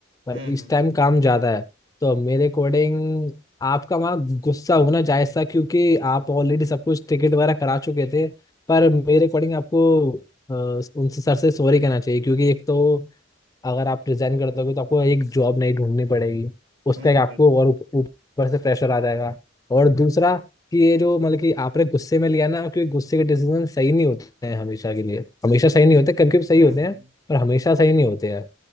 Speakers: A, on the left; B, on the right.
A: पर
B: हम्म हम्म हम्म,
A: इस
B: हम्म,
A: टाइम काम ज़्यादा है तो मेरे अकॉर्डिंग आपका वहाँ गुस्सा होना जायज था क्योंकि आप ऑलरेडी सब कुछ टिकट वगैरह करा चुके थे पर मेरे अकॉर्डिंग आपको अ, उनसे सर से सॉरी कहना चाहिए क्योंकि एक तो अगर आप रिजाइन कर दोगे तो आपको एक जॉब नहीं ढूंढनी पड़ेगी उसका
B: हम्म,
A: एक आपको
B: बिल्कुल
A: और उप- ऊपर से प्रेशर आ जाएगा और दूसरा कि ये जो मतलब कि आपने गुस्से में लिया ना क्योंकि गुस्से के डिसीजन सही नहीं होते हैं हमेशा के लिए हमेशा सही नहीं होते कभी कभी सही
B: हम्म
A: होते
B: हम्म
A: हैं पर हमेशा सही नहीं होते हैं।